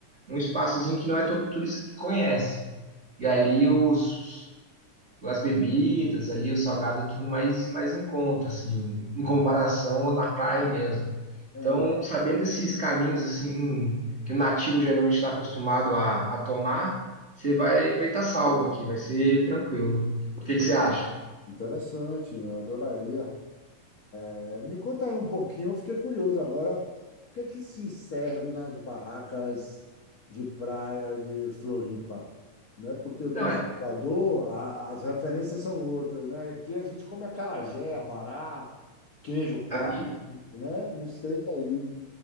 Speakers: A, on the right; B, on the left.
A: um espaçozinho que não é todo turista que conhece. E ali os, as bebidas, ali o salgado é tudo mais, mais em conta, assim, em comparação na praia mesmo.
B: É,
A: Então, sabendo esses caminhos, assim, que o nativo geralmente está acostumado a, a tomar, você vai vai estar salvo aqui, vai ser tranquilo. O que que você acha?
B: interessante, eu adoraria. é, É, Me conta aí um pouquinho, eu fiquei curioso agora, o que é que se serve nas barracas de praia de Floripa, né? Porque eu
A: Então,
B: estou em
A: é,
B: Salvador, a- as referências são outras, né? Aqui a gente come acarajé, abará, queijo coalho,
A: aqui,
B: né? Não sei aí.